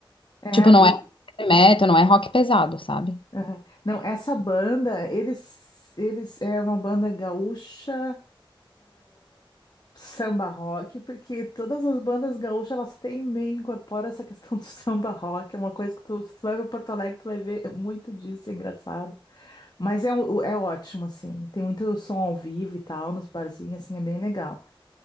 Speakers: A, on the left; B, on the left.
A: é,
B: Tipo, não
A: e,
B: é heavy metal, não é rock pesado, sabe?
A: ah, não, essa banda, eles, eles é uma banda gaúcha samba rock, porque todas as bandas gaúchas, elas têm meio, incorpora essa questão do <laughs> samba rock, é uma coisa que tu, se tu vai pra Porto Alegre, tu vai ver muito disso, é engraçado. Mas é, um- é ótimo, assim, tem muito som ao vivo e tal, nos barzinhos, assim, é bem legal.